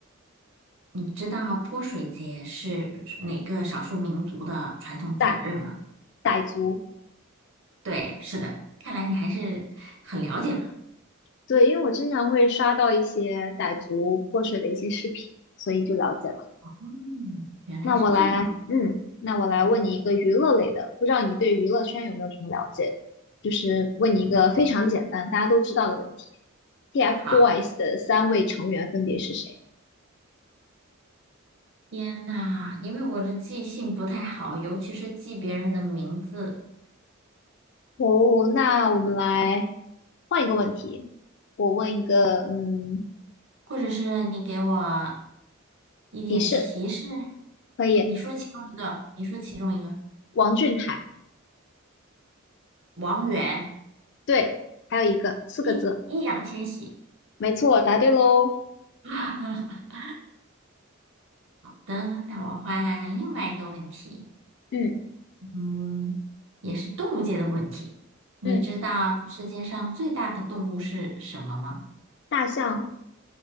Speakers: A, on the right; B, on the left.
A: 你知道泼水节是哪个少数民族的传统节日吗？
B: 傣傣族，
A: 对，是的，看来你还是很了解嘛。
B: 对，因为我经常会刷到一些傣族泼水的一些视频，所以就了解了。
A: 嗯，原来是这样。
B: 那我来，嗯，那我来问你一个娱乐类的，
A: 嗯，
B: 不知道你对娱乐圈有没有什么了解？就是问你一个非常简单，大家都知道的问题，TFBOYS
A: 好。
B: 的三位成员分别是谁？
A: 天呐，因为我的记性不太好，尤其是记别人的名字，
B: 哦，那我们来换一个问题，我问一个，嗯，
A: 或者是你给我一点提示。
B: 提示可以，
A: 你说其中一个，你说其中一个，
B: 王俊凯，
A: 王源，
B: 对，还有一个四个字，
A: 易易烊千玺。
B: 没错，答对喽，
A: <laughs> 等，那我换另外一个问题，
B: 嗯
A: 嗯，也是动物界的问题。你知道世界上最大的动物是什么吗？
B: 嗯，大象，